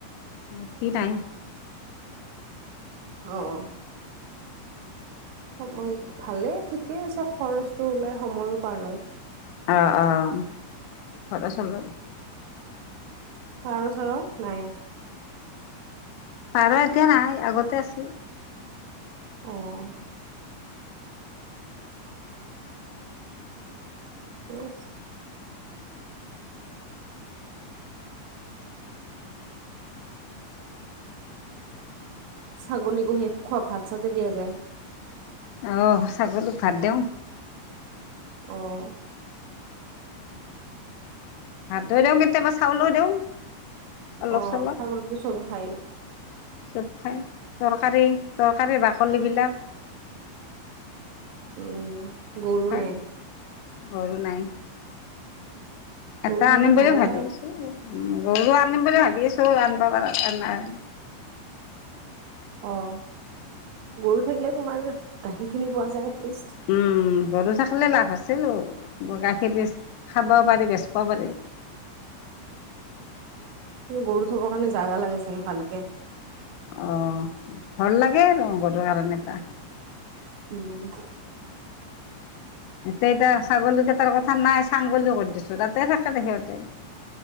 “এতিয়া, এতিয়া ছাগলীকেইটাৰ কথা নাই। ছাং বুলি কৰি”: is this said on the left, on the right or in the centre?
Left